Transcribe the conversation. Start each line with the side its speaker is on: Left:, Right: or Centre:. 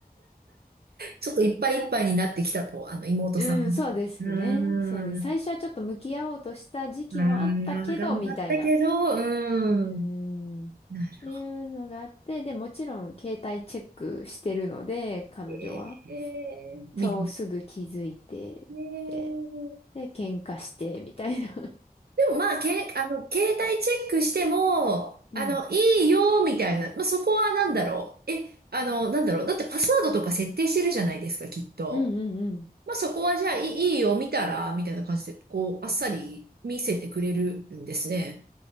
Right: ちょっといっぱいいっぱいになってきたと、あの、妹さん。
Left: うん、そうですね。
Right: う
Left: そうです。
Right: ーん。
Left: 最初はちょっと向き合おうとした時期もあったけど、
Right: ああ、頑張ったけど、
Left: みたいな。
Right: うん。
Left: うーん。っ
Right: なるほど。
Left: ていうのがあって、で、もちろん携帯チェックしてるので、彼女は。
Right: えーみ
Left: そう、すぐ気づいて、
Right: えー
Left: で、で、喧嘩して、みたいな。
Right: でもまあ、け、あの、携帯チェックしても、
Left: <laughs> うん。
Right: あの、いいよ、みたいな。まあ、そこはなんだろう。
Left: うん。
Right: え、あの、なんだろう。だってパスワードとか設定してるじゃないですか、きっと。
Left: うんうんうん。
Right: まあ、そこはじゃあ、いい、いいよ、見たら、みたいな感じで、こう、あっさり見せてくれるんですね。